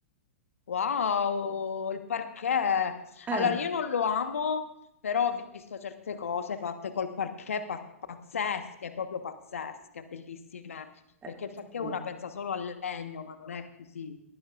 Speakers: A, on the left; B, on the right.
A: Wow, il parquet.
B: Eh,
A: Allora, io non lo amo, però ho visto certe cose fatte col parquet pa- pazzesche, proprio pazzesche, bellissime.
B: eh,
A: Perché il parquet
B: sì.
A: una pensa solo al legno, ma non è così.